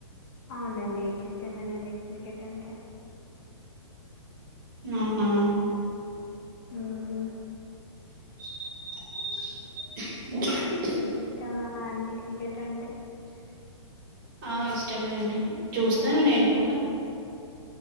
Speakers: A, on the left; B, on the right.
A: అవునండి, ఇష్టమేనండి. <unintelligible> కెట్ అంటే?
B: అవునా
A: హ్మ్మ్.
B: <inaudible>
A: మీకు ఇష్టమా అండి, క్రికెట్ అంటే?
B: ఆ, ఇష్టమే అండి. చూస్తాను నేను కూడా.